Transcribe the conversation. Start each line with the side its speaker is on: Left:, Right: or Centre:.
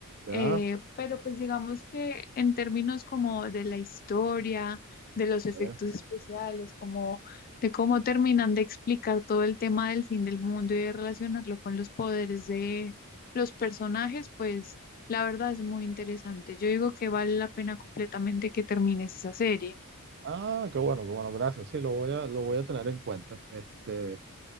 Right: Ya.
Left: eh, pero pues digamos que en términos como de la historia, de los efectos
Right: ya.
Left: especiales, como de cómo terminan de explicar todo el tema del fin del mundo y de relacionarlo con los poderes de los personajes, pues... La verdad es muy interesante. Yo digo que vale la pena completamente que termines esa serie.
Right: Ah, qué bueno, qué bueno, gracias. Sí, lo voy a, lo voy a tener en cuenta. Este,